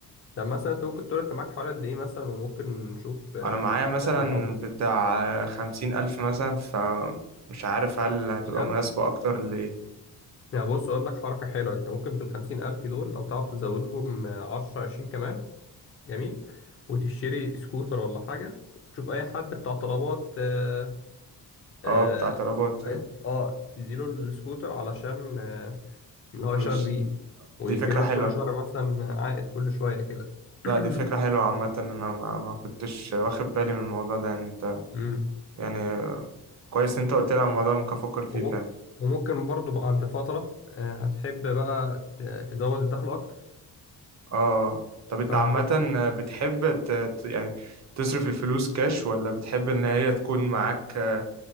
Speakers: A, on the left (about 35°); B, on the right (about 40°).
A: طب مثلا انت ممكن تقول انت معاك حوالي قد ايه مثلا وممكن نشوف آه،
B: انا معايا مثلا
A: هيبقى ايه الافضل
B: بتاع خمسين الف مثلا فمش عارف هل
A: 50000
B: هتبقى مناسبه اكتر لايه
A: يعني بص اقول لك حركه حلوه انت ممكن بال 50000 دول لو تعرف تزودهم آه، 10 20 كمان جميل وتشتري سكوتر ولا حاجه تشوف اي حد بتاع طلبات اه اه,
B: اه بتاع طلبات
A: آه آه، تديله السكوتر علشان آه، اللي هو
B: وش
A: يشتغل بيه ويجيب
B: دي فكره
A: لك
B: حلوه
A: كل شهر مثلا عائد كل شويه كده <clears throat>
B: لا دي فكرة حلوة عامة أنا ما, ما كنتش واخد بالي من الموضوع ده يعني أنت
A: مم.
B: يعني كويس إن أنت قلت لي على الموضوع ممكن أفكر فيه
A: وممكن
B: فعلا
A: وممكن برضو بعد فترة آه، هتحب بقى ت- تزود الدخل أكتر
B: آه طب أنت
A: فهتروح
B: عامة
A: ت...
B: بتحب ت... ت- يعني تصرف الفلوس كاش ولا بتحب إن هي تكون معاك آه،